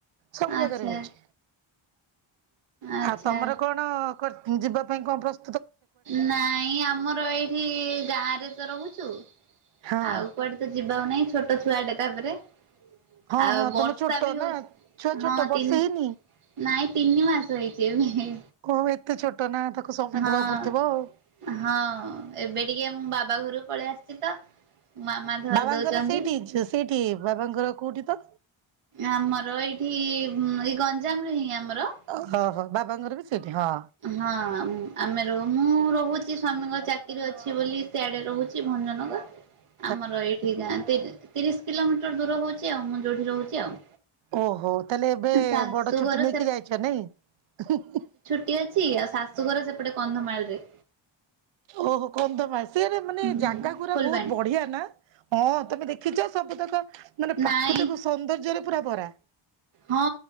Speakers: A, on the right; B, on the right.
A: ସବୁ ଜାଗାରେ
B: ଆଚ୍ଛା
A: ହଉଛି,
B: ଆଚ୍ଛା
A: ଆଉ ତମର କଣ କୁଆଡେ ଯିବା ପାଇଁ କଣ ପ୍ର
B: ନାଇଁ ଆମର ଏଇଠି ଗାଁ ରେ ତ ରହୁଛୁ
A: ହଁ
B: ଆଉ କୁଆଡେ ତ ଯିବାକୁ ନାହିଁ ଛୋଟ ଛୁଆଟେ ତାପରେ
A: ହଁ
B: ଆଉ
A: ହଁ
B: ବର୍ଷା
A: ତମେ ଛୋଟ
B: ବି ହଉଛି
A: ନା ଛୁଆ ଛୋଟ
B: ହଁ
A: ବର୍ଷେ
B: ତିନି
A: ହେଇନି?
B: ନାଇଁ ତିନି ମାସ ହେଇଛି ଏବେ।
A: ଓଃ ଏତେ ଛୋଟ ନା ତାକୁ ସମୟ
B: ହଁ
A: ଦବାକୁ ପଡୁଥିବ ଆଉ?
B: ହଁ ଏବେ ଟିକେ ମୁଁ ବାବା ଘରକୁ ପଳେଇ ଆସିଛି ତ! ମାମା ଧରି
A: ବାବାଙ୍କର
B: ଦଉଛନ୍ତି।
A: ସେଇଠି ସେଇଠି ବାବାଙ୍କର କୋଉଠି ତ?
B: ଆମର ଏଇଠି ଉଁ ଏଇ ଗଞ୍ଜାମରେ ହିଁ ଆମର।
A: ଓ ହୋ ହ ବାବାଙ୍କର ବି ସେଇଠି ହଁ।
B: ହଁ ଆମ୍ ଆମେ ରୁମୁ ମୁଁ ରହୁଛି ସ୍ୱାମୀଙ୍କ ଚାକିରି ଅଛି ବୋଲି ସିଆଡ଼େ ରହୁଛି ଭଞ୍ଜନଗର।
A: <unintelligible>
B: ଆମର ଏଇଠି ଗାଁ ତିର ତିରିଶ କିଲୋମିଟର ଦୂର ହଉଛି ଆଉ ମୁଁ ଯୋଉଠି ରହୁଛି ଆଉ।
A: ଓହୋ ତାହେଲେ ଏବେ
B: ଶାଶୁଘର
A: ବଡ ଛୁଟି ନେଇକି ଯାଇଛ ନାଇଁ।
B: ହେଟି ଅଛି ଆଉ ଶାଶୁଘର ସେପଟେ କନ୍ଧମାଳରେ।
A: ଓହୋ କନ୍ଧମାଳ ସିଆରେ ମାନେ
B: ହୁଁ
A: ଜାଗା ଗୁୁରା
B: ଫୁଲବାଣୀ
A: ବହୁତ ବଢିଆ ନା? ହଁ ତମେ ଦେଖିଛ ସବୁତକ ମାନେ ପ୍ରାକୃତିକ
B: ନାଇଁ
A: ସୌନ୍ଦର୍ଯ୍ୟରେ ପୁରା ଭରା।
B: ହଁ